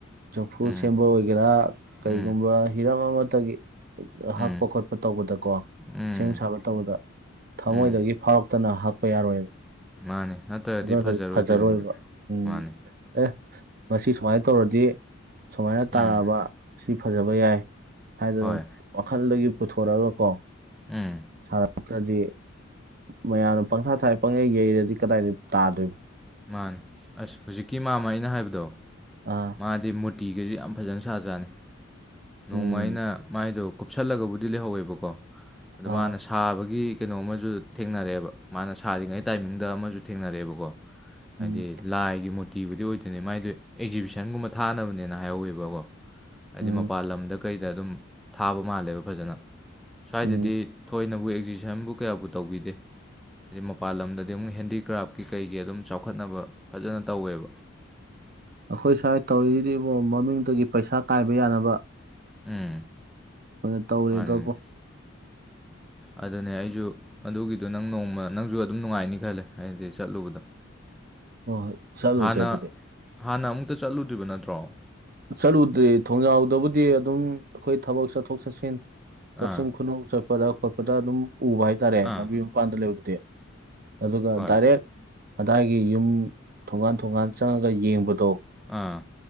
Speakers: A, on the right (about 45°); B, in the centre.
A: ꯆꯐꯨ
B: ꯎꯝ
A: ꯁꯦꯝꯕ ꯑꯣꯏꯒꯦꯔꯥ ꯀꯩꯒꯨꯝꯕ
B: ꯎꯝ
A: ꯍꯤꯔꯝꯃꯇꯒꯤ
B: ꯎꯝ
A: ꯍꯛꯄ ꯈꯣꯠꯄ ꯇꯧꯕꯗꯀꯣ
B: ꯎꯝ
A: ꯁꯦꯝ ꯁꯥꯕ ꯇꯧꯕꯗ ꯊꯃꯣꯏꯗꯒꯤ
B: ꯎꯝ
A: ꯐꯥꯎꯔꯛꯇꯅ ꯍꯛꯄ ꯌꯥꯔꯣꯏꯕ
B: ꯃꯥꯅꯦ ꯅꯠꯇ꯭ꯔꯗꯤ
A: ꯑꯗꯨ ꯅꯇꯗꯤ
B: ꯐꯖꯔꯣꯏꯗꯣꯏꯅꯦꯕ
A: ꯐꯖꯔꯣꯏꯕ ꯎꯝ
B: ꯃꯥꯅꯦ
A: ꯑꯦ ꯃꯁꯤ ꯁꯨꯃꯥꯏꯅ ꯇꯧꯔꯗꯤ ꯁꯨꯃꯥꯏꯅ ꯇꯥꯔꯛꯑꯕ
B: ꯎꯝ
A: ꯁꯤ ꯐꯖꯕ ꯌꯥꯏ ꯍꯥꯏꯗꯅ
B: ꯍꯣꯏ
A: ꯋꯥꯈꯜꯗꯒꯤ ꯄꯨꯊꯣꯔꯒ ꯀꯣ
B: ꯎꯝ
A: ꯁꯥꯔꯛꯇ꯭ꯔꯗꯤ ꯃꯌꯥꯝꯅ ꯄꯪꯁꯥ ꯊꯥꯢ ꯄꯪꯌꯩ ꯌꯩꯔꯗꯤ ꯀꯗꯥꯏꯗ ꯇꯥꯗꯣꯏꯕ
B: ꯃꯥꯅꯦ ꯑꯁ ꯍꯧꯖꯤꯛꯀꯤ ꯃꯥꯃ ꯑꯩꯅ ꯍꯥꯏꯕꯗꯣ
A: ꯑꯥ
B: ꯃꯥꯗꯤ ꯃꯨꯠ ꯇꯇꯤꯒꯁꯨ ꯌꯥꯝ ꯐꯖꯅ ꯁꯥꯖꯥꯅꯤ
A: ꯎꯝ
B: ꯅꯣꯡꯃꯩꯅ ꯃꯥꯏꯗꯨꯣ ꯀꯨꯞꯁꯜꯂꯒꯕꯨꯗꯤ ꯂꯩꯍꯧꯋꯦꯕꯀꯣ ꯑꯗꯨ
A: ꯑꯥ
B: ꯃꯥꯅ ꯁꯥꯕꯒꯤ ꯀꯩꯅꯣ ꯑꯃꯁꯨ ꯊꯦꯡꯅꯔꯛꯑꯦꯕ ꯃꯥꯅ ꯁꯥꯔꯤꯉꯩ ꯇꯥꯏꯃꯤꯡꯗ ꯑꯃꯁꯨ ꯊꯦꯡꯅꯔꯛꯑꯦꯕꯀꯣ ꯍꯥꯏꯗꯤ
A: ꯎꯝ
B: ꯂꯥꯏꯒꯤ ꯃꯨꯔꯇꯤꯕꯨꯗꯤ ꯑꯣꯏꯗꯣꯏꯅꯦ ꯃꯥꯏꯗꯨ ꯑꯦꯛꯖꯤꯕꯤꯁꯟꯒꯨꯝꯕ ꯊꯥꯅꯕꯅꯦꯅ ꯍꯥꯏꯍꯋꯦꯕꯀꯣ ꯍꯥꯏꯗꯤ
A: ꯎꯝ
B: ꯃꯄꯥꯟ ꯂꯝꯂꯝꯗ ꯀꯩꯗ ꯑꯗꯨꯝ ꯊꯥꯕ ꯃꯥꯜꯂꯦꯕ ꯐꯖꯅ ꯁ꯭ꯋꯥꯏꯗꯗꯤ
A: ꯎꯝ
B: ꯊꯣꯏꯅ ꯕꯨ ꯑꯦꯛꯖꯤꯕꯤꯁꯟꯕꯨ ꯀꯌꯥꯕꯨ ꯇꯧꯕꯤꯗꯦ ꯍꯥꯏꯩ ꯃꯄꯥꯟ ꯂꯝꯗꯗꯤ ꯑꯃꯨꯛ ꯍꯦꯟꯗꯤꯀ꯭ꯔꯥꯐꯀꯤ ꯀꯩ ꯑꯗꯨ ꯆꯥꯎꯈꯠꯅꯕ ꯐꯖꯅ ꯇꯧꯋꯦꯕ
A: ꯑꯩꯈꯣꯏ ꯁ꯭ꯋꯥꯏ ꯇꯧꯔꯤꯗꯨꯔꯤꯕꯣ ꯃꯃꯤꯡꯗꯒꯤ ꯄꯩꯁꯥ ꯀꯥꯏꯕ ꯌꯥꯅꯕ
B: ꯎꯝ
A: ꯑꯩꯈꯣꯏꯅ ꯇꯧꯔꯤꯗꯕ
B: ꯃꯥꯅꯤꯅꯦ ꯑꯗꯨꯅꯦ ꯑꯩꯁꯨ ꯑꯗꯨꯒꯤꯗꯣ ꯅꯪ ꯅꯣꯡꯃ ꯅꯪꯁꯨ ꯑꯗꯨꯝ ꯅꯨꯡꯉꯥꯏꯅꯤ ꯈꯜꯂꯦ ꯍꯥꯏꯗꯤ ꯆꯠꯂꯨꯕꯗꯣ
A: ꯍꯣꯏ ꯍꯣꯏ ꯆꯠꯂꯨꯁꯦ
B: ꯍꯥꯟꯅ
A: ꯑꯗꯨꯗꯤ
B: ꯍꯥꯟꯅ ꯑꯃꯨꯛꯇ ꯆꯠꯂꯨꯗ꯭ꯔꯤꯕ ꯅꯠꯇ꯭ꯔꯣ ꯇ꯭ꯔꯣ
A: ꯆꯠꯂꯨꯗ꯭ꯔꯤ ꯊꯣꯡꯖꯥꯎꯗꯕꯨꯗꯤ ꯑꯗꯨꯝ ꯑꯩꯈꯣꯏ ꯊꯕꯛ ꯆꯠꯊꯣꯛ ꯆꯠꯁꯤꯟ
B: ꯑꯥ
A: ꯀꯛꯆꯤꯡ ꯈꯨꯅ ꯆ ꯈꯠꯄꯗ ꯈꯣꯠꯄꯗ ꯑꯗꯨꯝ ꯎꯕ ꯍꯥꯏꯇꯥꯔꯦ
B: ꯑꯥ
A: ꯂꯝꯕꯤ ꯃꯄꯥꯟꯗ ꯂꯩꯕꯗꯨꯗꯤ ꯑꯗꯨꯒ
B: ꯍꯣꯏ
A: ꯗꯥꯏꯔꯦꯛ ꯑꯗꯥꯏꯒꯤ ꯌꯨꯝ ꯊꯣꯡꯒꯥꯟ ꯊꯣꯡꯒꯥꯟ ꯆꯪꯉꯒ ꯌꯦꯡꯕꯗꯣ
B: ꯑꯥ